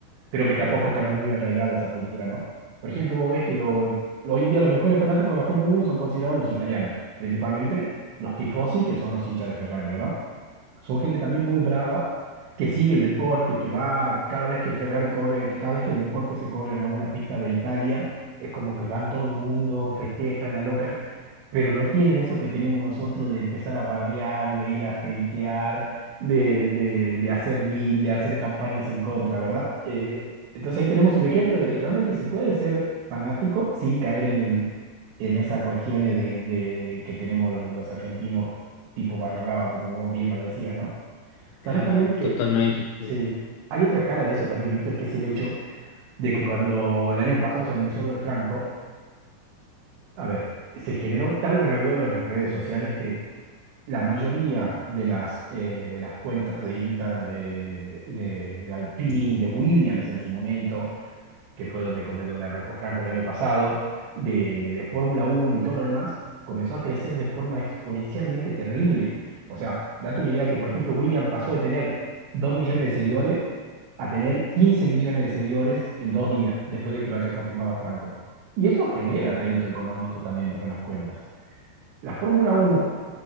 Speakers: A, on the right; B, on the left.
A: Creo que tampoco estamos muy arraigados a esa cultura, ¿no? Por ejemplo, vos ves que lo, lo- hoy en día los mejores fanáticos de la Fórmula Uno son considerados los italianos, principalmente los tifosi, que son los hinchas de Ferrari, ¿verdad? Son gente también muy brava, que sigue el deporte, que va cada vez que Ferrari corre, que cada vez que el deporte se corre en alguna pista de Italia, es como que van todo el mundo, festejan, alocan, pero no tienen eso que tenemos nosotros de empezar a bardear, de ir a hatear, de, de, de hacer reel, de hacer campañas en contra, ¿verdad? Eh, entonces ahí tenemos un ejemplo de que realmente se puede ser fanático sin caer en el... en esas cuestiones de, de que tenemos los, los argentinos tipo barra brava, como vos bien lo decías, ¿no?
B: Claro,
A: ¿Sabes también que
B: totalmente. sí.
A: sí, hay otra cara de eso también, Víctor, que es el hecho de que cuando el año pasado se anunció lo de Franco, a ver, se generó tal revuelo en las redes sociales que la mayoría de las, eh, de las cuentas de Instagram de, de, de Alpine, de Williams en su momento, que fue donde, come- donde arrancó Franco el año pasado, de, de Fórmula Uno y todo lo demás, comenzó a crecer de forma exponencialmente terrible. O sea, date una idea que, por ejemplo, William pasó de tener 2 millones de seguidores a tener 15 millones de seguidores en dos días, después de que lo haya confirmado a Franco. Y eso genera rédito económico también para las cuentas. La Fórmula Uno